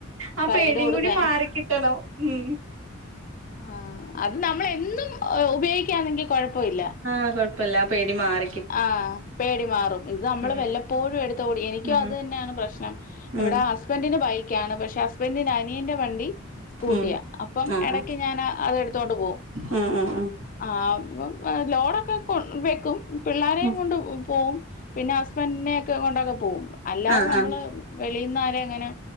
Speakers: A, on the right; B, on the left.
A: ആ
B: സൈഡ്
A: പേടിയും
B: കൊടുക്കാൻ
A: കൂടി മാറിക്കിട്ടണം. ഉം
B: ആഹ് അത് നമ്മളെന്നും ഉപയോഗിക്കാന്നെങ്കിൽ കൊഴപ്പവില്ല.
A: ആഹ് കൊഴപ്പില്ല ആ പേടി മാറി.
B: ആഹ് പേടി മാറും ഇത് നമ്മള്
A: ഉം
B: വല്ലപ്പോഴും എടുത്തോടി എനിക്കും
A: ഉം
B: അത് തന്നെയാണ് പ്രശ്നം ഇവിടെ
A: ഉം
B: ഹസ്ബൻഡിന് ബൈക്ക് ക്കാണ് പക്ഷെ ഹസ്ബൻഡിന്റെ അനിയന്റെ വണ്ടി സ്കൂട്ടിയാ
A: ഉം
B: അപ്പം
A: ആ
B: എടക്ക്
A: ആ
B: ഞാന് അതെടുത്തോണ്ട് പോവും.
A: ആഹ് ആഹ് ആഹ്
B: ആഹ് ഞ ലോടൊക്കെ കൊ വെക്കും. പിള്ളാരെയും
A: ഉം
B: കൊണ്ട് പോവും പിന്നെ ഹസ്ബൻഡിനെയൊക്കെ കൊണ്ടൊക്കെ പോവും അല്ലാതെ
A: ആഹ്
B: നമ്മള്
A: ആഹ്
B: വെളിന്നാരേ അങ്ങനെ